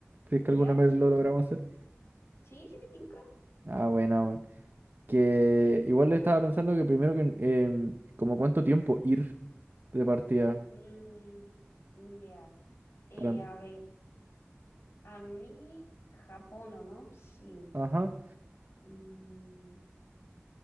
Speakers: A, on the right (about 45°); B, on the left (about 70°).
A: Si es
B: ¿Ya?
A: que alguna vez
B: Sí,
A: lo logramos hacer.
B: sí, sí me tinca.
A: Ah, buena, bueno. Que igual le estaba pensando que primero que em, como cuánto tiempo ir de partida
B: Mm, ya. Eh,
A: para...
B: a ver, a mí Japón, ¿o no? Sí.
A: Ajá,
B: Mm,